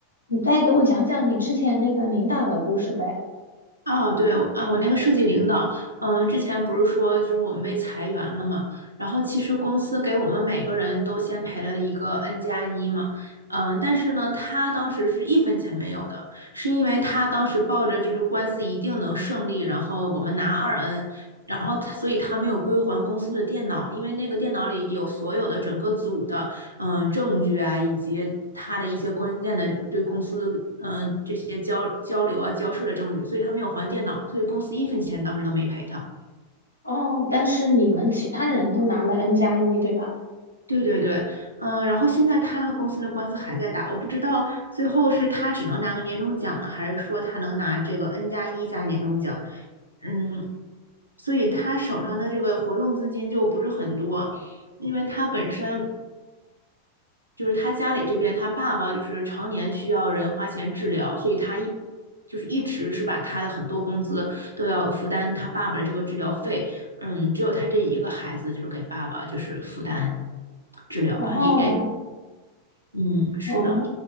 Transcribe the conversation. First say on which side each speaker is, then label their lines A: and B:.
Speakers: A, on the left; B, on the right.
A: 你再给我讲讲你之前那个领导的故事呗。
B: 哦，对，啊，我那个设计领导，嗯，之前不是说就是我们被裁员了嘛，然后其实公司给我们每个人都先赔了一个 N 加一嘛，嗯，但是呢，他当时是一分钱没有的，是因为他当时抱着就是官司一定能胜利，然后我们拿二 N，然后他所以他没有归还公司的电脑，因为那个电脑里有所有的整个组的嗯、呃证据啊，以及他的一些关键的对公司嗯、呃这些交交流啊交涉的证据，所以他没有还电脑，所以公司一分钱当时都没赔他。
A: 哦，但是你们其他人都拿了 N 加一，对吧？
B: 对对对，嗯、然后现在他和公司的官司还在打，我不知道最后是他只能拿个年终奖呢，还是说他能拿这个 N 加一加年终奖？嗯，所以他手上的这个活动资金就不是很多，因为他本身就是他家里这边，他爸爸就是常年需要人花钱治疗，所以他一就是一直是把他的很多工资都要负担他爸爸的这个治疗费。嗯，只有他这一个孩子就是给爸爸就是负担治疗吧，
A: 哦，
B: 也嗯是的，
A: 哦，